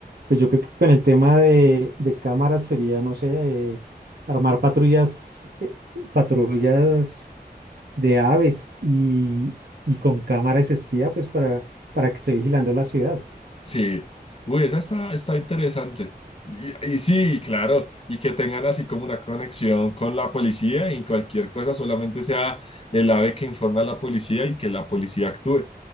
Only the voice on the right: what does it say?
pues yo creo que con el tema de, de cámaras sería, no sé, eh, armar patrullas, eh, patrullas de aves y, y con cámaras espía, pues para, para que esté vigilando la ciudad.